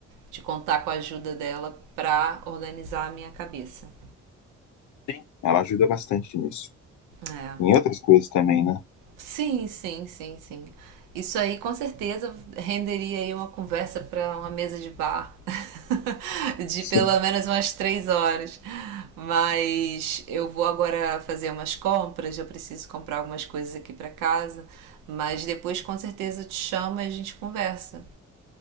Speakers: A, on the right; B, on the left.
A: de contar com a ajuda dela para organizar a minha cabeça.
B: Sim. Ela ajuda bastante nisso.
A: É.
B: Em outras coisas também, né?
A: Sim, sim, sim, sim. Isso aí com certeza renderia aí uma conversa para uma mesa de bar <laughs> de
B: Sim.
A: pelo menos umas três horas. Mas eu vou agora fazer umas compras, eu preciso comprar algumas coisas aqui para casa, mas depois com certeza eu te chamo e a gente conversa,